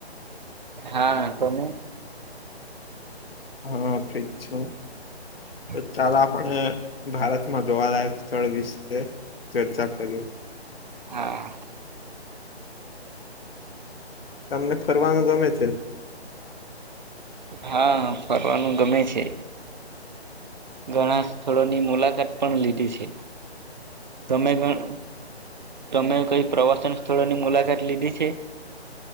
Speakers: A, on the right (about 45°); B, on the left (about 60°).
A: હા તમે
B: હા ફ્રી જ છું
A: <inaudible>
B: તો ચાલ આપણે ભારતમાં જોવાલાયક સ્થળ વિશે ચર્ચા કરીએ
A: હા
B: તમને ફરવાનું ગમે છે.
A: હા ફરવાનું ગમે છે. ઘણા સ્થળોની મુલાકાત પણ લીધી છે. તમે ગણ તમે કઈ પ્રવાસન સ્થળોની મુલાકાત લીધી છે.